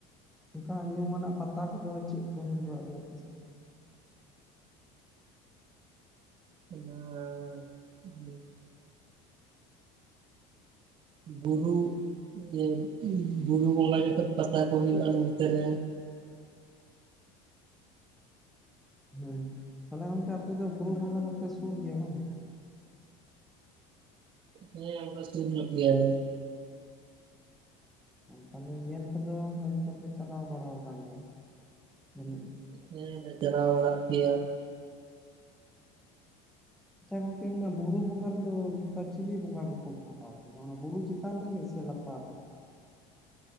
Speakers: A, in the centre; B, on the right.
A: ᱚᱱᱠᱟ ᱧᱩᱢ ᱟᱱᱟᱜ ᱯᱟᱛᱟ ᱠᱚᱫᱚ ᱪᱮᱫ ᱠᱚ ᱦᱩᱭ ᱵᱟᱲᱟᱜ ᱜᱮᱭᱟ ᱟᱯᱮ ᱥᱮᱫ ᱫᱚ?
B: ᱚᱱᱟ ᱮᱸ ᱵᱩᱨᱩ ᱤᱭᱟᱹ ᱵᱩᱨᱩ ᱵᱚᱸᱜᱟ ᱡᱚᱠᱷᱟᱡ ᱯᱟᱛᱟ ᱠᱚ ᱦᱩᱭᱩᱜᱼᱟ ᱱᱚᱛᱮ ᱨᱮ ᱾
A: ᱦᱮᱸ ᱛᱟᱦᱞᱮ ᱜᱚᱢᱠᱮ ᱟᱯᱮ ᱫᱚ ᱵᱩᱨᱩ ᱵᱚᱸᱜᱟ ᱫᱚᱯᱮ ᱥᱩᱨ ᱜᱮᱭᱟ ᱵᱟᱝ?
B: ᱦᱮᱸ ᱚᱱᱠᱟ ᱥᱩᱨ ᱧᱚᱜ ᱜᱮᱭᱟᱞᱮ ᱾
A: ᱛᱟᱦᱞᱮ ᱧᱮᱞ ᱠᱚᱫᱚ ᱦᱚᱭ ᱛᱚᱯᱮ ᱪᱟᱞᱟᱣ ᱵᱟᱲᱟᱣ ᱟᱠᱟᱱ ᱜᱮᱭᱟ ᱡᱟᱹᱱᱤᱡ?
B: ᱦᱮᱸ ᱞᱮ ᱪᱟᱞᱟᱣ ᱵᱟᱲᱟᱜ ᱜᱮᱭᱟ ᱾
A: ᱟᱪᱪᱷᱟ ᱜᱚᱝᱠᱮ ᱚᱱᱟ ᱵᱩᱨᱩ ᱵᱚᱸᱜᱟ ᱨᱮᱫᱚ ᱱᱚᱝᱠᱟ ᱪᱤᱞᱤ ᱵᱚᱸᱜᱟ ᱠᱚᱠᱚ ᱵᱚᱸ <unintelligible> ᱚᱱᱟ ᱵᱩᱨᱩ ᱪᱮᱛᱟᱱ ᱨᱮᱜᱮ ᱥᱮ ᱞᱟᱛᱟᱨ ᱨᱮ?